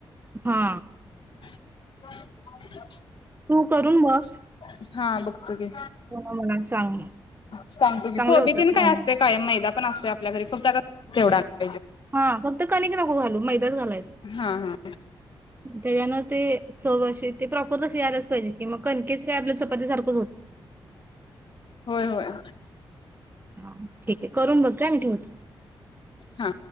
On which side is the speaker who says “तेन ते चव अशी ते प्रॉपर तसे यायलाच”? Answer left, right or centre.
Right